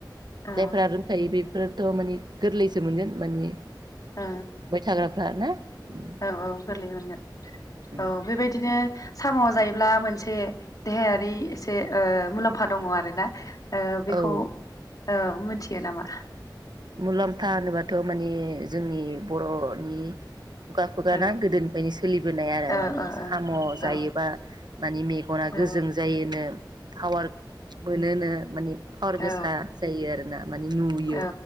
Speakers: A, on the left; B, on the right.
A: औ
B: जायफोरा रोंखायो बे फोरथ' मानि गोरलैसो मोनगोन माने
A: ओ
B: ग्राफ्रा ना? उम
A: औ औ गोरलै मोनगोन
B: उम
A: औ बेबायदिनो साम' जायोब्ला मोनसे देहायारि एसे ओ मुलाम्फा दङ आरोना ओ बेखौ
B: औ
A: औ मिथियो नामा?
B: मुलाम्फा होनोबाथ' माने जोंनि बर' मानि खुगा खुगाना
A: औ
B: गोदोनिफ्रायनो सोलिबोनाय आरो
A: औ
B: माने
A: औ
B: साम' जायोबा
A: औ
B: मानि मेगना गोजों
A: औ
B: जायोनो पावार मोनोनो माने पावार
A: औ
B: गोसा जायो आरो ना माने नुयो।
A: औ